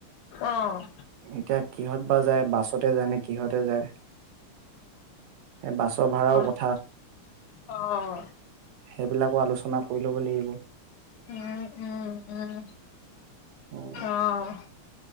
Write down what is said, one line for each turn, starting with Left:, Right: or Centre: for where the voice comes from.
Left: অ',
Right: এতিয়া কিহত বা যায় বাছতে যায় নে কিহতে যায়, এ বাছ ভাড়াও কথ
Left: অহ,
Right: সেইবিলাকো আলোচনা কৰি ল'ব লাগিব
Left: উম, উম, উম।
Right: উম
Left: অহ।